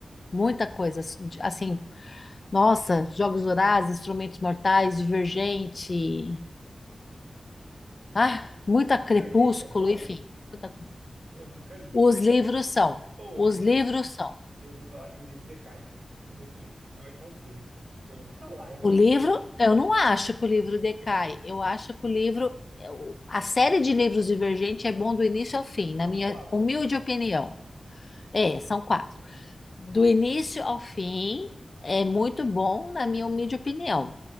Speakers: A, on the left; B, on the right.
A: Muita coisa. Assim, nossa, Jogos Vorazes, Instrumentos Mortais, Divergente. Ah, muita
B: Divergente
A: Crepúsculo,
B: é bom.
A: enfim. muita-
B: Eu nunca li,
A: Os livros são.
B: porém,
A: Os livros são.
B: eu ouvi falar que o livro decai depois. Não é só o filme. Eu ouvi falar, eu não
A: O livro,
B: li.
A: eu
B: É.
A: não acho que o livro decai. Eu acho que o livro, eu- a série de livros Divergente é bom do início ao fim, na
B: São
A: minha
B: quatro.
A: humilde opinião. É, são
B: Nossa.
A: quatro. Do início ao fim é muito bom, na minha humilde opinião.